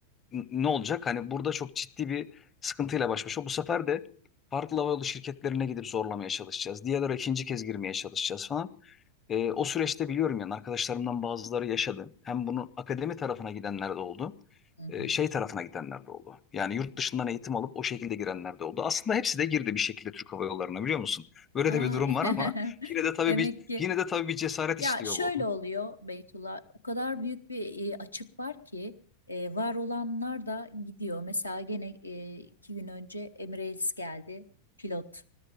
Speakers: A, on the left (about 20°); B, on the left (about 80°).
A: N- ne olacak? Hani burada çok ciddi bir sıkıntıyla baş başa. Bu sefer de farklı havayolu şirketlerine gidip zorlamaya çalışacağız. Diyalara ikinci kez girmeye çalışacağız falan. E, o süreçte biliyorum yani arkadaşlarımdan bazıları yaşadı. Hem bunun akademi tarafına gidenler de oldu.
B: hı, hı.
A: e, şey tarafına gidenler de oldu. Yani yurt dışından eğitim alıp o şekilde girenler de oldu. Aslında hepsi de girdi bir şekilde Türk Hava Yolları'na biliyor musun? Böyle
B: Ay,
A: de bir durum var
B: <laughs>
A: ama yine de tabii
B: Demek
A: bir
B: ki
A: yine de tabii bir cesaret
B: Ya
A: istiyor
B: şöyle
A: bu.
B: oluyor Beytullah, o kadar büyük bir e, açık var ki e, var olanlar da gidiyor. Mesela gene e, iki gün önce Emirates geldi pilot